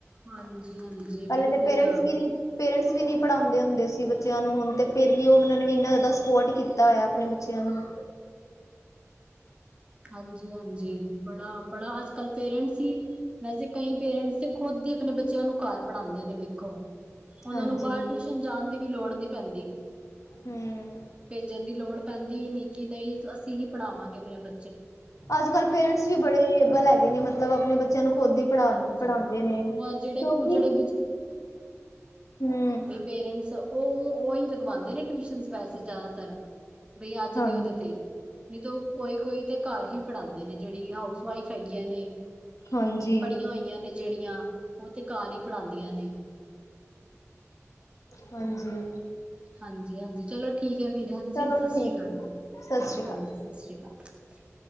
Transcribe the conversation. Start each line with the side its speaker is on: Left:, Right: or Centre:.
Right: ਹਾਂਜੀ-ਹਾਂਜੀ
Left: ਪਹਿਲੇ
Right: ਬਿਲਕੁਲ।
Left: ਤੇ ਪੇਰੈਂਟਸ ਵੀ ਨੀ ਪੜ੍ਹਾਉਦੇ ਹੁੰਦੇ ਸੀ ਬੱਚਿਆਂ ਨੂੰ ਹੁਣ ਤੇ ਫੇਰ ਵੀ ਉਹ ਨੇ ਵੀ ਏਨਾ ਜ਼ਿਆਦਾ ਸਪੋਰਟ ਕੀਤਾ ਹੋਆ ਆਪਣੇ ਬੱਚਿਆਂ ਨੂੰ।
Right: ਹਾਂਜੀ-ਹਾਂਜੀ, ਬੜਾ-ਬੜਾ ਅੱਜ-ਕੱਲ ਪੇਰੈਂਟ ਈ ਵੈਸੇ ਕਈ ਪੇਰੈਂਟਸ ਤੇ ਖੁਦ ਈ ਅਪਣੇ ਬੱਚੇਆਂ ਨੂੰ ਕਾਰ ਪੜ੍ਹਾਂਦੇ ਨੇ ਵੇਖੋ। ਉਹਨਾਂ
Left: ਹਾਂਜੀ
Right: ਨੂੰ ਬਾਹਰ ਟਿਸ਼ਨ ਜਾਣ ਦੀ ਵੀ ਲੋੜ ਨੀ ਪੈਂਦੀ।
Left: ਹਮ
Right: ਭੇਜਣ ਦੀ ਲੋੜ ਪੈਂਦੀ ਈ ਨਈ ਕਿ ਨਈ ਅਸੀਂ ਹੀ ਪੜ੍ਹਾਵਾਂਗੇ ਅਪਣੇ ਬ
Left: ਅੱਜ ਕੱਲ ਪੇਰੈਂਟਸ ਵੀ ਬੜੇ ਏਬਲ ਹੈਗੇ ਨੇ ਮਤਲਬ ਅਪਣੇ ਬ ਚੇਆਂ ਨੂੰ ਖੁਦ ਹੀ ਪੜ੍ਹਾ
Right: ਹਾਂਜੀ
Left: ਪੜ੍ਹਾਂਦੇ ਨੇ,
Right: ਉਹ ਜਿਹੜੇ
Left: ਕਿਉਂਕਿ
Right: ਕੁ ਜਿਹੜੇ
Left: ਹਮ
Right: ਵੀ ਪੇਰੈਂਟਸ ਉਹ ਉਈ ਲਗਵਾਂਦੇ ਨੇ ਟਿਸ਼ਨਸ ਵੈਸੇ ਜਾਦਾਤਰ। ਬਈ ਆਜ
Left: ਹਾਂ
Right: ਦੇ ਉਹਦੇ ਤੇ ਨਈ ਤੋਂ ਕੋਈ-ਕੋਈ ਤੇ ਕਾਰ ਹੀ ਪੜ੍ਹਾਂਦੇ ਨੇ, ਜੇਹੜੀ ਹਾਊਸ ਵਾਈਫ ਹੈਗੀਆਂ ਨੇ
Left: ਹਾਂਜੀ
Right: ਪੜ੍ਹੀਆਂ ਹੋਈਆਂ ਨੇ ਜੇਹੜੀਆਂ, ਉਹ ਤੇ ਕਾਰ ਈ ਪੜ੍ਹਾਂਦੀਆਂ ਨੇ।
Left: ਹਾਂਜੀ।
Right: ਹਾਂਜੀ-ਹਾਂਜੀ ਚਲੋ ਠੀਕ ਏ ਫਿਰ ਹਾਂਜੀ,
Left: ਚਲੋ
Right: ਸਸ਼੍ਰੀ
Left: ਠੀਕ
Right: ਕਾਲ
Left: ਹੈ
Right: ਜੀ,
Left: ਸਤਿ ਸ਼੍ਰੀ ਅਕਾਲ
Right: ਹਾਂਜੀ। ਸਸ਼੍ਰੀ ਕਾਲ।